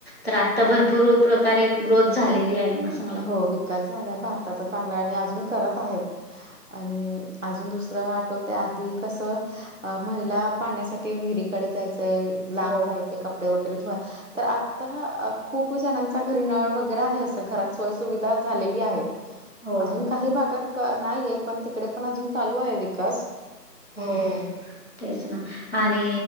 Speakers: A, on the left (about 40°); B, on the right (about 50°).
A: तर आता भरपूर प्रकारे ग्रोथ झालेली आहे मस्
B: हो विकास झाला भारताचा चांगला आणि अजून करत आहेत. आणि अजून दुसरं आठवत आधी कसं महिला पाण्यासाठी विहिरी डे जायचंय लांब
A: हो,
B: जायच क क वगैरे धुवाय तर आता खूप जणांचा घरी नळ वगैरे आहे अस घरात सोय सुविधा झालेली आहे
A: हो,
B: अजून काही भागात नाहीये पण तिकडे पण अजून चालू आहे विकास
A: हो तेच ना आणि